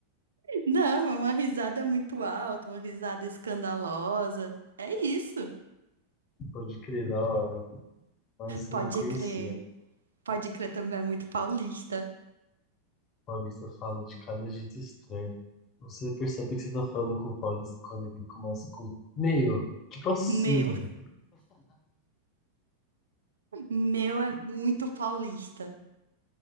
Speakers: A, on the right; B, on the left.
A: não, é uma risada muito alta, uma risada escandalosa. É isso.
B: Pode crer, da hora. Mas
A: Pode
B: eu não conhecia.
A: crer. Pode crer também é muito paulista.
B: Paulista fala de cada jeito estranho. Você percebe que você tá falando com o Paulista quando ele começa com meio, tipo assim.
A: Meu, meu é muito paulista.